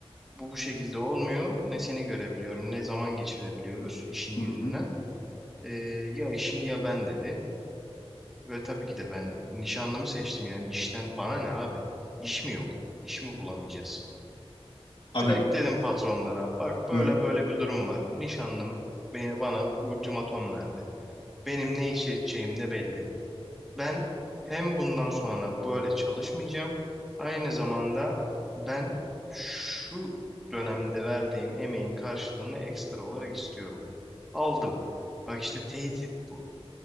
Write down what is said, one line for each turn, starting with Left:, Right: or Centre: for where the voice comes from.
Centre: bu bu şekilde olmuyor. Ne seni görebiliyorum, ne zaman geçirebiliyoruz işin
Left: Hı
Centre: yüzünden.
Left: hı.
Centre: E, ya işin ya ben dedi. Ve tabii ki de ben nişanlımı seçtim yani işten bana ne abi? İş mi yok? İş mi bulamayacağız?
Left: Abi.
Centre: Direkt dedim patronlara bak böyle
Left: Hı hı.
Centre: böyle bir durum var. Nişanlım beni bana ultimatom verdi. Benim ne iş edeceğim de belli. Ben hem bundan sonra böyle çalışmayacağım. Aynı zamanda ben şu dönemde verdiğim emeğin karşılığını ekstra olarak istiyorum. Aldım. Bak işte tehdit bu.